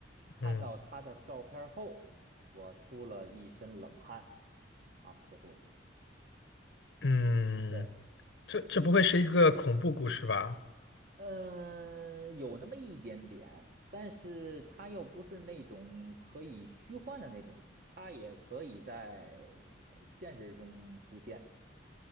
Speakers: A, on the right; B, on the left.
A: 看到他的照片儿后，
B: 嗯
A: 我出了一身冷汗。好，结束了。
B: 嗯，
A: 对，
B: 这这不会是一个恐怖故事吧？
A: 嗯，呃有那么一点点，但是他又不是那种可以虚幻的那种，他也可以在呃现实中出现。